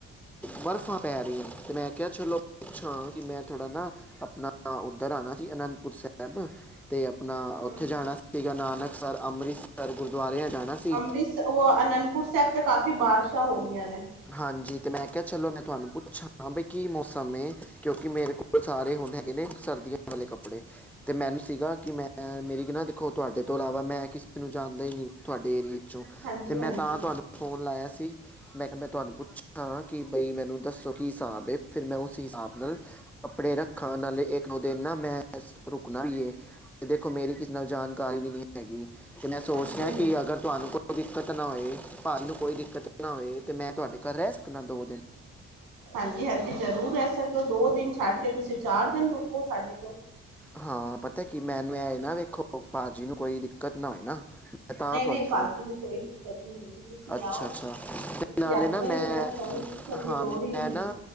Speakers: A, in the centre; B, on the right.
A: ਬਰਫ਼ਾਂ ਪੈ ਰਹੀਆਂ ਤੇ ਮੈਂ ਕਿਹਾ ਚਲੋ। ਪੁੱਛਾਂ ਕਿ ਮੈਂ ਥੋੜਾ ਨਾ ਆਪਣਾ ਉੱਧਰ ਆਣਾ ਸੀ ਅਨੰਦਪੁਰ ਸਾਹਿਬ ਤੇ ਆਪਣਾ
B: ਹਮ
A: ਉੱਥੇ ਜਾਣਾ ਸੀਗਾ ਨਾਨਕਸਰ, ਅੰਮ੍ਰਿਤਸਰ, ਗੁਰਦੁਆਰਿਆਂ ਜਾਣਾ। ਸੀ
B: ਅੰਮ੍ਰਿਤਸਰ ਉਹ ਅਨੰਦਪੁਰ ਸਾਹਿਬ ਤੇ ਕਾਫੀ ਬਾਰਸ਼ਾਂ ਹੋ ਰਹੀਆਂ ਨੇ।
A: ਹਾਂਜੀ, ਤੇ ਮੈਂ ਕਿਹਾ ਚਲੋ ਮੈਂ ਤੁਹਾਨੂੰ ਪੁੱਛਾਂ ਬੀ ਕੀ ਮੌਸਮ ਏ? ਕਿਉਂਕਿ ਮੇਰੇ ਕੋਲ ਸਾਰੇ ਹੁਣ ਹੈਗੇ ਨੇ ਸਰਦੀਆਂ ਵਾਲੇ ਕੱਪੜੇ। ਤੇ ਮੈਨੂੰ ਸੀਗਾ ਕਿ ਮੈਂ ਮੇਰੀ ਨਾ ਦੇਖੋ ਤੁਹਾਡੇ ਤੋਂ ਇਲਾਵਾ ਮੈਂ ਕਿਸੇ ਨੂੰ ਜਾਣਦਾ ਹੀ ਨੀ ਤੁਹਾਡੇ ਏਰੀਏ।
B: ਹਾਂਜੀ
A: ਤੇ ਮੈਂ
B: ਹਾਂਜੀ
A: ਤਾਂ ਤੁਹਾਨੂੰ ਫੋਨ ਲਾਇਆ ਸੀ। ਮੈਂ ਕਿਹਾ ਤੁਹਾਨੂੰ ਪੁੱਛਾਂ ਕਿ ਬਈ ਮੈਨੂੰ ਦੱਸੋ ਕੀ ਹਿਸਾਬ ਫਿਰ ਮੈਂ ਉਸ ਹਿਸਾਬ ਨਾਲ ਕੱਪੜੇ ਰੱਖਾਂ ਨਾਲੇ ਇੱਕ-ਦੋ ਦਿਨ ਮੈਂ ਰੁਕਣਾ ਈਏ। ਦੇਖੋ ਮੇਰੀ ਕਿਸੇ ਨਾਲ ਜਾਣਕਾਰੀ ਵੀ ਨਹੀਂ ਹੈਗੀ ਤੇ ਮੈਂ ਸੋਚ
B: ਹਾਂਜੀ
A: ਰਿਹਾ
B: ਹਾਂਜੀ
A: ਕਿ ਅਗਰ ਤੁਹਾਨੂੰ ਕੋਈ ਦਿੱਕਤ ਨਾ ਹੋਯੇ, ਤੁਹਾਨੂੰ ਕੋਈ ਦਿੱਕਤ ਨਾ ਹੋਯੇ ਤੇ ਮੈਂ ਤੁਹਾਡੇ ਘਰ ਰਹਿ ਸਕਦਾ ਦੋ ਦਿਨ।
B: ਹਾਂਜੀ-ਹਾਂਜੀ, ਜ਼ਰੂਰ ਰਹਿ ਸਕਦੇ ਹੋ, ਦੋ ਦਿਨ ਛੱਡ ਕੇ ਤੁਸੀਂ ਚਾਰ ਦਿਨ ਰੁਕੋ ਸਾਡੇ ਕੋਲ।
A: ਹਾਂ, ਪਤਾ ਕੀ ਮੈਨੂੰ ਇਹ ਨਾ ਵੇਖੋ, ਭਾਜੀ ਨੂੰ ਕੋਈ ਦਿੱਕਤ ਨਾ ਹੋਏ ਨਾ। ਮੈ ਤਾਂ
B: ਨਹੀਂ
A: ਤੁਹਾਨੂੰ
B: ਨਹੀਂ
A: ਫੋਨ
B: ਭਾਜੀ ਨੂੰ ਕੋਈ ਦਿੱਕਤ ਨਹੀਂ ਹੈਗੀ ਤੁਸੀਂ
A: ਅੱਛਾ-ਅੱਛਾ।
B: ਆਓ ਤੁਸੀਂ
A: ਨਾਲੇ
B: ਆਪਣੇ
A: ਨਾ
B: ਹੀ
A: ਮੈਂ
B: ਹੋ ਤੁਹਾਨੂੰ ਪੁੱਛਣ ਦੀ
A: ਹਾਂ
B: ਲੋੜ
A: ਮੈਂ
B: ਹੀ ਨਹੀਂ
A: ਨਾ
B: ਹੈਗੀ